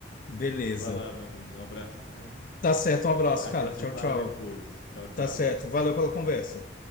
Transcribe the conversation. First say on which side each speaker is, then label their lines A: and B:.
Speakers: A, on the left (about 45°); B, on the left (about 80°).
A: Beleza.
B: Vá lá, meu amigo. Um abração.
A: Tá certo, um abraço,
B: A
A: cara.
B: gente
A: Tchau,
B: se fala
A: tchau.
B: depois. Tchau, tchau.
A: Tá certo. Valeu pela conversa.